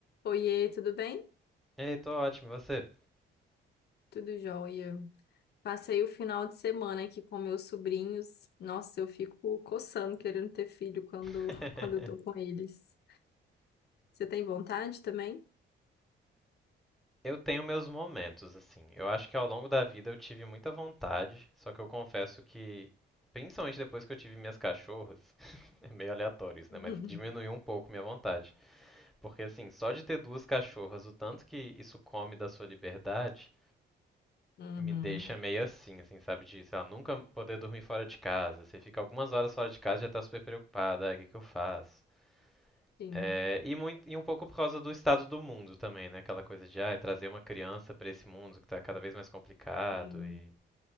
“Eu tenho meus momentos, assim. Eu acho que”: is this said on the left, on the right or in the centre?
Centre